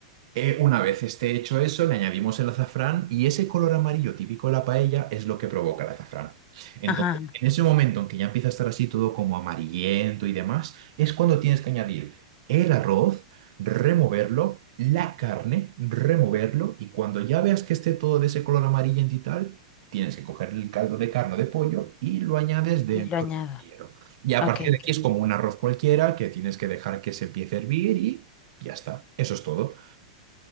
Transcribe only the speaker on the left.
Ajá.
Y lo añado.
Ok,
ok.